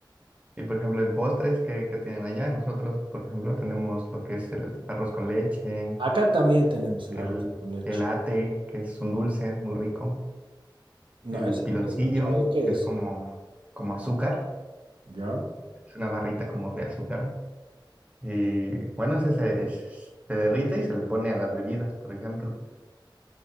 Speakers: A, on the right; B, on the right.
A: Y por ejemplo, en postres, ¿qué, qué tienen allá? Nosotros, por ejemplo, tenemos lo que es el arroz con leche,
B: Acá también tenemos el
A: el,
B: arroz con leche.
A: el ate, que es un dulce muy rico,
B: No,
A: el
B: ese
A: piloncillo,
B: nunca he escuchado de qué
A: que
B: es.
A: es como, como azúcar.
B: ¿Ya?
A: Es una barrita como de azúcar. Y bueno, ese se, se- se derrite y se le pone a las bebidas, por ejemplo.